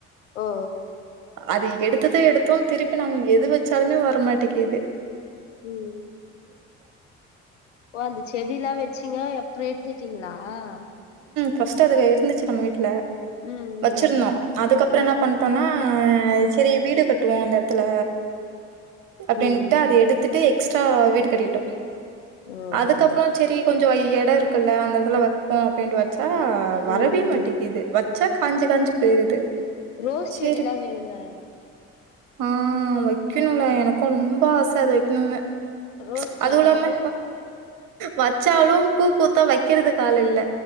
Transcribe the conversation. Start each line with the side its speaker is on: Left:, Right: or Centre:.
Left: ஓ
Right: அது எடுத்தது எடுத்தோ திருப்பி நம்ம எது வச்சாலுமே வரமாட்டீக்குது.
Left: உம் ஓ அந்த செடில்லா வச்சீங்க. அப்றோ எடுத்துட்டீங்களா. ஆஹ்
Right: ஃபஸ்ட் அதுங்க இருந்துச்சு நம்ம வீட்ல
Left: ம்
Right: வச்சிருந்தோ
Left: ம்
Right: அதுக்கப் அப்புறோ என்ன பண்ட்டோம்னா, ஆ சரி வீடு கட்டுவோ அந்த எடத்துல. அப்டின்ட்டு
Left: ம் ம்
Right: அது எடுத்துட்டு. ஸ்டா வீடு கட்டிகிட்டோ
Left: ம் ம்
Right: அதுக்கப்றோ செரி கொஞ்சொ வை எடோ இருக்குல்ல அந்த இதுல வர்க் ப பேண்டு வச் ஆ வரவே
Left: ம்
Right: மாட்டிக்கிது
Left: ம்
Right: வத் ச கொஞ்ச கொஞ்ச் போயிருது
Left: ரோஸ்
Right: சரி
Left: செடில்லா வெய்ங்க
Right: ஆ வெக்கணுல்ல எனக்கு ரொம்ப ஆச அத வெக்கணுன்னு
Left: ரோஸ் செடி
Right: அதுவு இல்லாம
Left: ரோ
Right: வச்சாலு பூ பூத்தா வெக்கிறதுக்கு ஆளில்ல